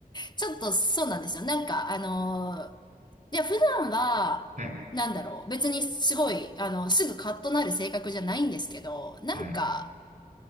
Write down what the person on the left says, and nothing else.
ちょっとそうなんですよ。なんか、あのー、いや、普段は、
なんだろう。別にすごい、あの、すぐカッとなる性格じゃないんですけど、なんか、